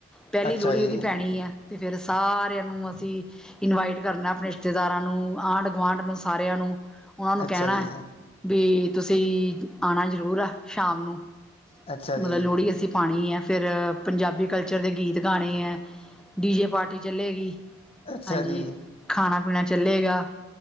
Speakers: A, in the centre; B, on the left.
A: ਪਹਿਲੀ
B: ਅੱਛਾ
A: ਲੋਹੜੀ
B: ਜੀ
A: ਉਹਦੀ ਪੈਣੀ ਹੈ ਤੇ ਫਿਰ ਸਾਰਿਆਂ ਨੂੰ ਅਸੀਂ ਇਨਵਾਈਟ ਕਰਨਾ ਆਪਣੇ ਰਿਸ਼ਤੇਦਾਰਾਂ ਨੂੰ, ਆਂਢ ਗੁਆਂਢ ਨੂੰ, ਸਾਰਿਆਂ ਨੂੰ ਉਹਨਾਂ ਨੂੰ
B: ਅੱਛਾ
A: ਕਹਿਣਾ
B: ਜੀ,
A: ਹੈ। ਵੀ ਤੁਸੀਂ ਆਉਣਾ ਜ਼ਰੂਰ ਆ ਸ਼ਾਮ ਨੂੰ।
B: ਅੱਛਾ
A: ਮਤਲਬ
B: ਜੀ,
A: ਲੋਹੜੀ ਅਸੀਂ ਪਾਉਣੀ ਹੈ। ਫਿਰ ਪੰਜਾਬੀ ਕਲਚਰ ਦੇ ਗੀਤ ਗਾਉਣੇ ਆਂ। ਡੀ ਜੇ ਪਾਰਟੀ ਚੱਲੇਗੀ
B: ਅੱਛਾ
A: ਹਾਂਜੀ
B: ਜੀ।
A: ਖਾਣਾ ਪੀਣਾ ਚੱਲੇਗਾ।